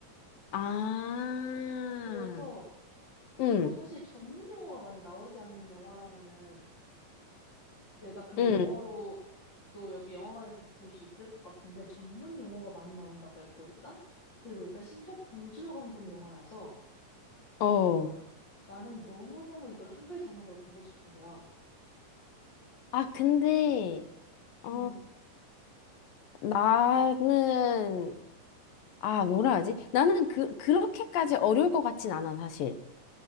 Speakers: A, on the left; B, on the left.
A: 아,
B: 그래서,
A: 응,
B: 뭐 사실 전문 용어가 많이 나오지 않는 영화라면은, 내가 그냥
A: 응,
B: 영어로도 여기 영화관에 가서 볼 수 있을 것 같은데, 전문 용어가 많이 나온다고 했고, 일단. 그리고 일단 심지어 봉준호 감독 영화여서
A: 어.
B: 나는 너무너무 이걸 한글 자막으로 보고 싶은 거야.
A: 아, 근데, 어,
B: 응,
A: 나는, 아, 뭐라 하지? 나는 그, 그렇게까지 어려울 것 같진 않아, 사실.